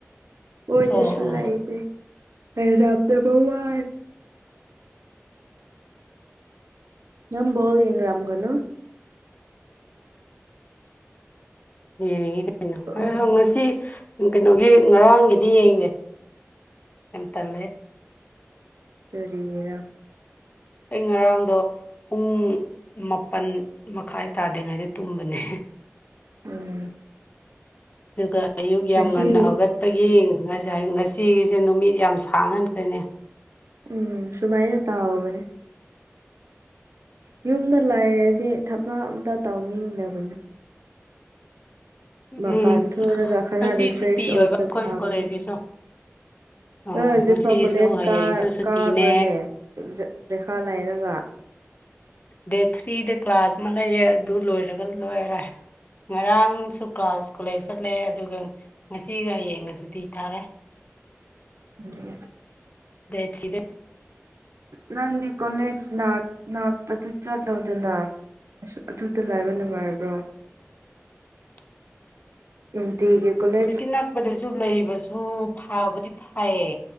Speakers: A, on the right; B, on the left.
A: ꯑꯣꯏꯣꯏ
B: ꯑꯣ
A: ꯇ ꯁꯂꯍꯤꯗ
B: ꯑꯣ
A: ꯄꯦꯔꯗ ꯐꯧꯎꯔ ꯅꯪꯕꯥꯎ ꯌꯦ ꯔꯝꯒꯅ
B: ꯌꯦꯡꯉ ꯀꯩꯅꯣ
A: ꯑꯣ
B: ꯉꯁꯤ ꯀꯩꯅꯣꯒꯤ ꯉꯔꯥꯡꯒꯤꯗꯤ ꯌꯦꯡꯉꯦ ꯌꯥꯝ ꯇꯜꯂꯦ
A: ꯇꯔꯤꯒꯤꯔ
B: ꯑꯩ ꯉꯔꯥꯡꯗꯣ ꯄꯨꯡ ꯃꯥꯄꯟ ꯃꯈꯥꯏ ꯇꯥꯗ꯭ꯔꯤꯉꯩꯗ ꯇꯨꯝꯕꯅꯦ
A: ꯎꯝ
B: ꯑꯗꯨꯒ ꯑꯌꯨꯛ ꯌꯥꯝ
A: ꯉꯁꯤ
B: ꯉꯟꯅ ꯍꯧꯒꯠ ꯑꯒꯤ ꯉꯥꯏ ꯉꯁꯤꯒꯤꯁꯦ ꯅꯨꯃꯤꯠ ꯌꯥꯝ ꯁꯥꯡꯍꯟꯈ꯭ꯔꯦꯅꯦ
A: ꯎꯝ ꯁꯨꯃꯥꯏꯅ ꯇꯥꯍꯧꯕꯅꯦ ꯌꯨꯝꯗ ꯂꯥꯏꯔꯗꯤ ꯊꯕꯛ ꯑꯃꯝꯇ ꯇꯧꯅꯤꯡꯗꯕꯅꯤ ꯃꯄꯥꯟ
B: ꯎꯝ
A: ꯊꯣꯛꯔꯒ ꯈꯔ
B: ꯉꯁꯤ
A: ꯔꯤꯐ꯭ꯔꯦꯁ
B: ꯁꯨꯇꯤ
A: ꯑꯣꯏꯕꯗ
B: ꯑꯣꯏꯕ ꯑꯩꯈꯣꯏ
A: ꯐꯥꯕꯅꯦ
B: ꯀꯣꯂꯦꯖꯀꯤꯁꯨ ꯑꯣ
A: ꯑ ꯍꯧꯖꯤꯛꯐ
B: ꯉꯁꯤꯁꯨ
A: ꯀꯣꯂꯦꯖ
B: ꯍꯌꯦꯡꯁꯨ ꯁꯨꯇꯤꯅꯦ
A: ꯀꯥꯕ꯭ꯔꯅꯦ ꯔꯦꯈꯥ ꯂꯥꯏꯔꯒ
B: ꯗꯦꯠ ꯊ꯭ꯔꯤꯗ ꯀ꯭ꯂꯥꯁ ꯑꯃ ꯂꯩꯌꯦꯦ ꯑꯗꯨ ꯂꯣꯏꯔꯒ ꯂꯣꯏꯔꯦ ꯉꯔꯥꯡꯁꯨ ꯀ꯭ꯂꯥꯁ ꯀꯣꯂꯦꯖ ꯆꯠꯂꯦ ꯑꯗꯨꯒ ꯉꯁꯤꯒ ꯌꯦꯡꯉꯁꯨꯗꯤ ꯊꯥꯔꯦ
A: ꯎꯝ
B: ꯗꯁꯤꯗ
A: ꯅꯪꯒꯤ ꯀꯣꯂꯦꯖ ꯉꯥꯛꯄꯗ ꯆꯠꯂꯣꯗꯅ ꯑ ꯑꯗꯨꯗ ꯂꯥꯏꯕ ꯅꯨꯡꯉꯥꯏꯕ꯭ꯔꯣ
B: <inaudible>
A: ꯏꯝꯤꯦ ꯀꯂꯦ
B: ꯄꯨꯁꯀꯤ ꯅꯛꯄꯗꯁꯨ ꯂꯩꯕꯁꯨ ꯐꯥꯕꯗꯤ ꯊꯥꯏꯌꯦ